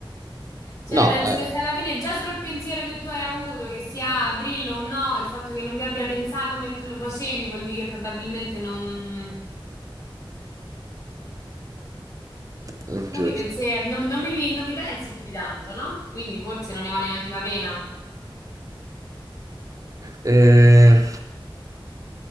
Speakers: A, on the left (about 40°); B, on the right (about 40°).
A: Cioè,
B: No,
A: penso
B: eh,
A: che se alla fine già solo il pensiero che tu hai avuto, che sia a Brillo o no, il fatto che non mi abbia pensato mentre lo facevi, vuol dire che probabilmente non,
B: è
A: non
B: giusto.
A: mi pensi, non, non mi, non mi pensi più di tanto, no? Quindi forse non ne vale neanche la pena.
B: E...